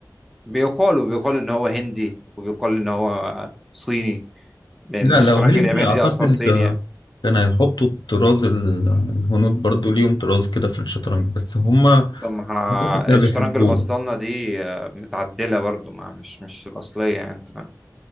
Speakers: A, in the centre; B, on the left.
A: بيقال وبيقال ان هو هندي وبيقال ان هو صيني لان
B: لا
A: الشطرنج
B: لو هندي
A: الياباني
B: اعتقد
A: دي اصلا صيني
B: آه،
A: يعني.
B: كان هيحطوا الطراز ال- الهنود برضو ليهم طراز كده في الشطرنج بس هما
A: طب ما ها-
B: اعتقد كانوا
A: الشطرنج
B: بيحبوه
A: اللي وصلنا دي آه، متعدلة برضو ما مش مش الأصلية يعني أنت فاهم